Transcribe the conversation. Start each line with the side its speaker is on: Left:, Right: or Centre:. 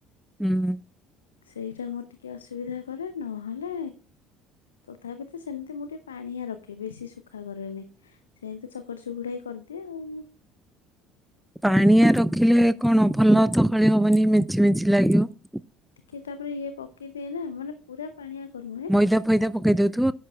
Centre: ହୁଁ
Left: ସେଇଟା ମୋର ଟିକେ ଅସୁବିଧା କରେ ନହେଲେ ତଥାପି ତ ସେମିତି ମୁଁ ଟିକେ ପାଣିଆ ରଖେ ବେଶୀ ସୁଖା କରେନି। ସେ ସେମତି ଚକଟି ଚୁକୁଟା କି କରିଦିଏ ଆଉ।
Centre: ପାଣିଆ ରଖିଲେ କଣ ଭଲ ତ ଖଳି ହବନି ମେଞ୍ଚି ମେଞ୍ଚି ଲାଗିବ
Left: ଟିକେ ତାପରେ ଇଏ ପକେଇଦିଏ ନା ମାନେ ପୁରା ପାଣିଆ କରି ନୁହେଁ
Centre: ମଇଦା ଫଇଦା ପକେଇ ଦଉଥିବ